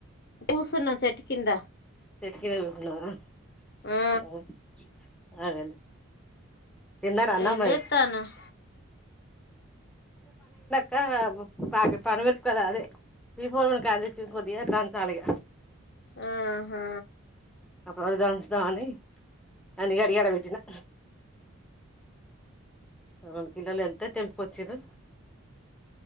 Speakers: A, on the left; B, in the centre.
A: కూర్సున్నా చెట్టు కింద
B: సెట్ట్ కింద కూసున్నావ్ గదా
A: ఆ
B: ఓ అదేలె తిన్నార అన్నం
A: ఏం
B: మరి
A: చేత్తాన్నవ్
B: కా బు పాగ్ పండుమిరుపుకాయలు అదే త్రీ ఫోర్ వంకాయల్ దెచ్చి కొద్దిగా దంచాలిగ,
A: ఆహా
B: అప్పుడప్పు దంచుద్ద్సా అని అన్నీ కడిగి ఆడ వెట్టినా రెండు కిలోలులెంత తెంపుకొచ్చిర్రు